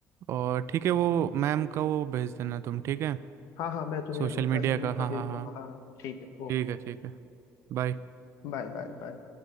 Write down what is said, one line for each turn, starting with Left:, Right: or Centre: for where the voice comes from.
Right: और ठीक है वो मैम का वो भेज देना तुम ठीक है
Left: हाँ हाँ मैं तुम्हें
Right: सोशल
Left: उनका
Right: मीडिया का
Left: उनका
Right: हाँ
Left: भेज
Right: हाँ हाँ
Left: दूंगा हाँ हाँ ठीक है ओके
Right: ठीक है ठीक है बाय
Left: Bye bye bye